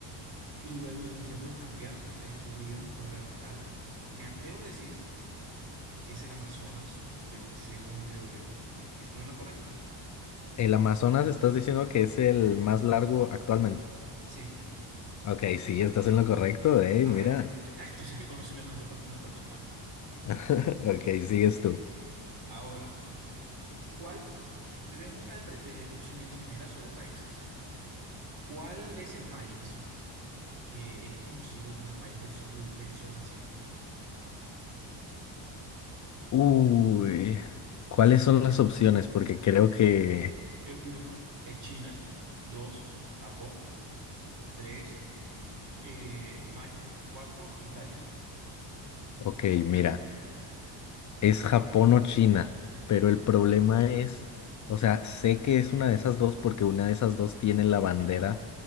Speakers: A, on the right; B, on the left.
A: luego de un tiempo lo cambiaron porque descubrieron que uno era más largo. Y me atrevo a decir que es el Amazonas, segu- según creo yo. ¿Estoy en lo correcto?
B: El Amazonas estás diciendo que es el más largo actualmente.
A: Sí.
B: Ok, sí, estás en lo correcto, eh,
A: A
B: mira.
A: ver, <laughs> entonces mi conocimiento no está no está tan mal.
B: <laughs> Ok, sigues tú.
A: Ahora, ¿cuál? Te Tengo una de, pre- de conocimiento general sobre países. ¿Cuál es el país que es conocido como el país del sol, del sol naciente?
B: Uy, ¿cuáles son las opciones? Porque creo que...
A: Eh, Uno es China, dos, Japón, tres, eh, España, cuatro, Italia.
B: Ok, mira. Es Japón o China, pero el problema es, o sea, sé que es una de esas dos porque una de esas dos tiene la bandera